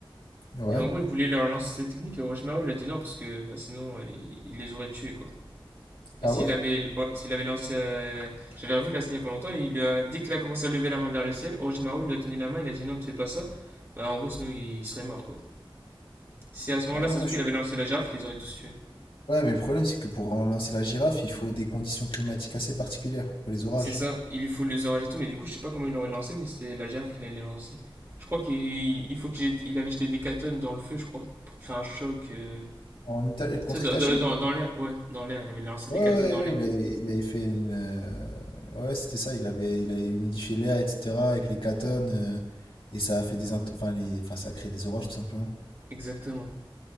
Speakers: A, on the left (about 85°); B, on the right (about 30°).
A: Ouais.
B: Et en gros, il voulait leur lancer cette technique, et Orochimaru il a dit non, parce que bah, sinon, euh, il, il les aurait tués, quoi. Et
A: Ah
B: s'il
A: ouais?
B: avait, ouais, s'il avait lancé. euh, J'avais revu la scène il y a pas longtemps. Et il lui a, dès qu'il a commencé à lever la main vers le ciel, Orochimaru il lui a tenu la main. Il a dit non, ne fais pas ça. Bah, en gros, sinon il, il serait mort quoi. Si à ce moment-là,
A: Ah,
B: Sasuke
A: moi, je...
B: il avait lancé la girafe, il les aurait tous tués.
A: Ouais, mais le problème, c'est que pour lancer la girafe, il faut des conditions climatiques assez particulières. Il faut les orages.
B: C'est ça. Il lui faut les orages et tout. Mais du coup, je sais pas comment il l'aurait lancé. Mais c'était la girafe qu'il allait lancer. Je crois qu'il il faut qu'il jette- il avait jeté des catones dans le feu, je crois. Pour créer un choc. euh,
A: En Ita- Contre
B: Tu sais, dans,
A: Itachi?
B: dans, dans- l'air. Ouais, dans l'air. Il avait lancé
A: Ouais,
B: des catones
A: ouais,
B: dans
A: ouais,
B: l'air.
A: il avait, il avait fait une. euh, Ouais, c'était ça, il avait, il avait humidifié l'air, etc., avec les catones, euh, et ça a fait des. int- Enfin, les... enfin, ça a créé des orages, tout simplement.
B: Exactement.